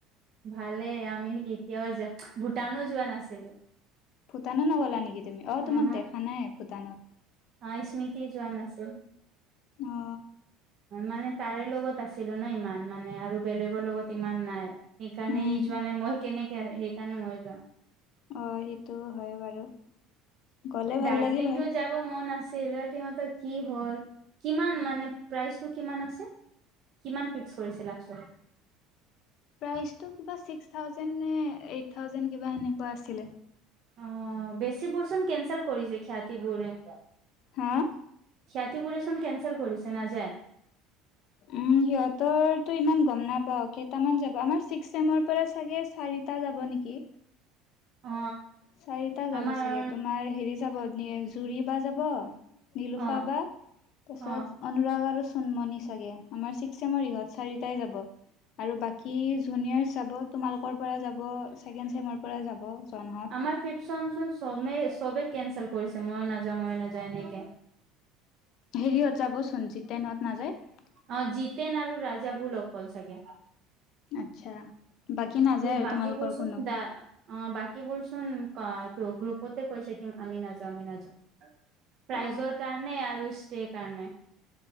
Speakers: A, on the right; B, on the left.
A: ভালেই আমি এতিয়াও যে ভূটানো যোৱা নাছিলো।
B: ভূটানো নগলা নেকি তুমি? অ
A: উহো
B: তোমাক দেখা নাই ভূটানত।
A: অ স্মৃতি জোৱান আছিল।
B: অ
A: মানে তাৰে লগত আছিলো ন' ইমান মানে আৰু বেলেগৰ লগত ইমান নাই। সেইকাৰণে
B: উম,
A: ই যোৱা নাই মই কেনেকে। সেইকাৰণে মই যোৱা
B: অ সেইটো হয় বাৰু। গ'লে ভাল
A: দাৰ্জিলিং
B: লাগিল হয়।
A: টো যাব মন আছে। সিহঁতৰ কি হ'ল কিমান মানে প্ৰাইচটো কিমান আছে? কিমান ফিক্স কৰিছে লাষ্টত?
B: প্ৰাইচটো কিবা চিক্ ঠউজেই নে এইট টাউজেন নে কিবা সেনেকুৱা আছিলে।
A: অঁ বেচিবোৰ চোন কেনচেল কৰিছে সিহঁতিবোৰে।
B: হাঁ?
A: সিহতিবোৰে চোন কেনছেল কৰিছে নাযায়?
B: উম' সিহতৰ টো ইমান গম নাপাওঁ। কেইটামান যাব আমাৰ চিক্স চেমৰ পৰা চাগে- চাৰিটা যাব নেকি।
A: অ
B: চাৰিটা যাব
A: আমাৰ
B: চাগে। তোমাৰ হেৰি যাব জুৰি বা যাব, নিলোফা
A: অ
B: বা তাৰপিছত
A: অ
B: অনুৰাগ আৰু- চুন্মনি চাগে আমাৰ চিক্স চেমৰ ইহত চাৰিটাই যাব। আৰু বাকী জুনিয়ৰছ যাব, তোমালোকৰ পৰা যাব, ছেকেণ্ড চেমৰ পৰা যাব যোৰহাট।
A: আমাৰ ফ্ৰীপ চেমৰ চোন চবেই কেনচেল কৰিছে মই নাযাওঁ মই নাযাওঁ এনেকে। <inaudible>
B: হেৰিয়ত যাবচোন <unintelligible> নত নাযায় <unintelligible>
A: অ জিতেন আৰু ৰাজাবোৰুল অকল চাগে ।
B: আচ্ছা বাকী নাযায় আৰু
A: বাকীবোৰ
B: তোমালোকৰ
A: চোন
B: কোনো ।
A: দা অ বাকীবোৰ চোন গ্ৰুপতে কৈছে কিম আমি নাযাওঁ আমি নাযাওঁ । প্ৰাইজৰ
B: অ
A: কাৰণে আৰু ষ্টেৰ কাৰণে